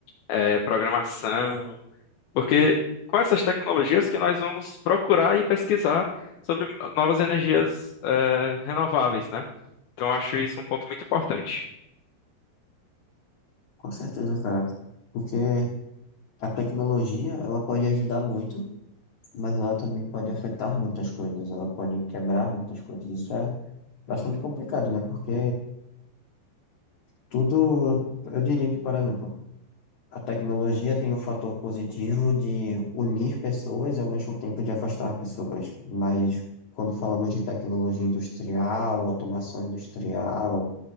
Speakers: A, on the left; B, on the left.
A: eh, programação. Porque com essas tecnologias que nós vamos procurar e pesquisar sobre novas energias eh, renováveis, né? Então eu acho isso um ponto muito importante.
B: Com certeza, cara. Porque a tecnologia, ela pode ajudar muito, mas ela também pode afetar muitas coisas, ela pode quebrar muitas coisas. Isso é bastante complicado, né? Porque tudo, eu diria que, por exemplo, A tecnologia tem o fator positivo de unir pessoas e ao mesmo tempo de afastar pessoas. Mas quando falamos de tecnologia industrial, automação industrial,